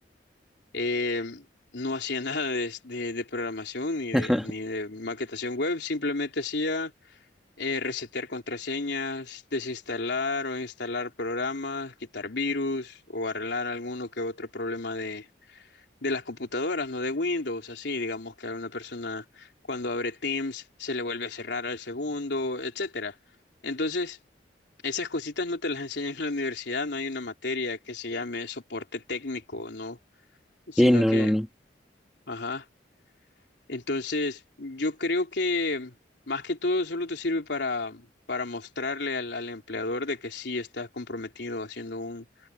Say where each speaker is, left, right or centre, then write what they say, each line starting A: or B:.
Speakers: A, on the left; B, in the centre.
A: eh, no hacía <laughs> nada de, de- de programación ni de,
B: <laughs>
A: ni de maquetación web, simplemente hacía eh, resetear contraseñas, desinstalar o instalar programas, quitar virus o arreglar alguno que otro problema de las computadoras, no de Windows, así, digamos que a una persona cuando abre Teams se le vuelve a cerrar al segundo, etcétera. Entonces, esas cositas no te las <laughs> enseñan en la universidad, no hay una materia que se llame soporte técnico, ¿no? Sino
B: Sí, no,
A: que,
B: no, no.
A: ajá. Entonces, yo creo que más que todo solo te sirve para, para mostrarle al, al empleador de que sí estás comprometido haciendo un,